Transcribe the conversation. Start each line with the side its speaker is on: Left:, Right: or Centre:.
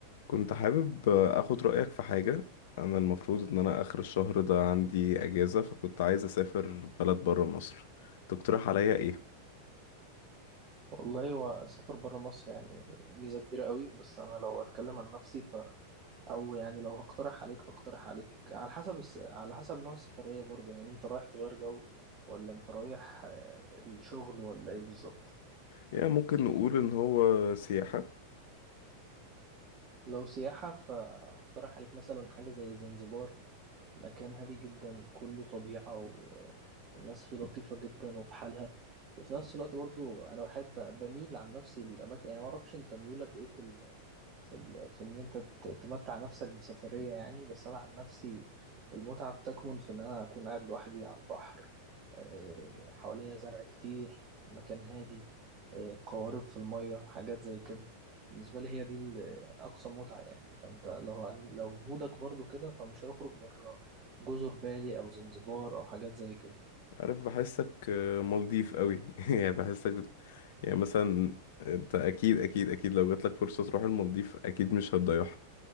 Left: كنت حابب اخد رأيك في حاجة انا المفروض ان انا اخر الشهر ده عندي اجازة فكنت عايز اسافر بلد برا مصر تقترح عليا ايه
Right: والله هو السفر بره مصر يعني ميزة كبيرة قوي بس أنا لو أتكلم عن نفسي ف أو يعني لو هقترح عليك فاقترح عليك على حسب الس... على حسب نوع السفرية برضو يعني أنت رايح تغير جو ولا أنت رايح آه، الشغل ولا إيه بالظبط
Left: يعني ممكن نقول ان هو سياحة
Right: لو سياحة فأقترح عليك مثلا حاجة زي زنزبار مكان هادي جدا كله طبيعة و... والناس فيه لطيفة جدا وفي حالها وفي نفس الوقت برضو أنا بحب بميل عن نفسي للأماكن يعني معرفش أنت ميولك إيه في ال... في ال... في ان انت ت- تمتع نفسك بسفرية يعني بس انا عن نفسي المتعة بتكمن في ان انا اكون قاعد لوحدي على البحر آه، حواليا زرع كتير مكان هادي آه، قوارب في المية حاجات زي كده بالنسبة لي هي دي ال- اقصى متعة يعني فانت لو عن- لو مودك برضو كده فمش هيخرج بره جزر بالي او زنزبار او حاجات زي كده
Left: عارف بحسك آه، مالديف قوي <laughs> يعني بحسك بت... يعني مثلا انت اكيد اكيد اكيد لو جاتلك فرصة تروح المالديف اكيد مش هتضيعها